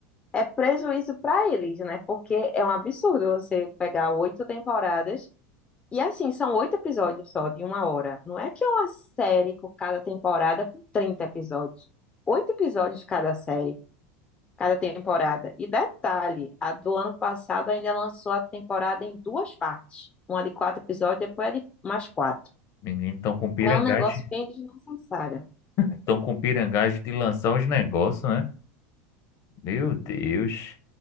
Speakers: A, on the left (about 20°); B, on the left (about 45°).
A: é prejuízo para eles, né? Porque é um absurdo você pegar oito temporadas E assim, são oito episódios só, de uma hora. Não é que é uma série com cada temporada com 30 episódios. Oito episódios cada série, cada temporada. E detalhe, a do ano passado ainda lançou a temporada em duas partes. Uma de quatro episódios, depois a de mais quatro.
B: Menino, tão com pirangagem.
A: É um negócio bem desnecessário.
B: Estão com pirangagem de lançar os negócios, né? Meu Deus.